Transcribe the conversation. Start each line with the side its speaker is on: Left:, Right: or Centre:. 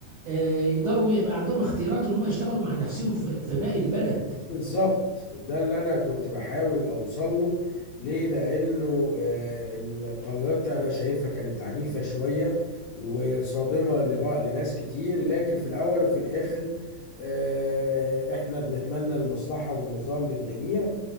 Right: آه، يقدروا يبقى عندهم اختيارات ان هم يشتغلوا مع نفسهم في في باقي البلد
Left: بالظبط ده اللي انا كنت بحاول اوصل له ليه لانه آه، القرارات انا شايفها كانت عنيفة شوية وصادمة لبع- لناس كتير لكن في الاول وفي الاخر آه، احنا بنتمنى المصلحة والنظام للجميع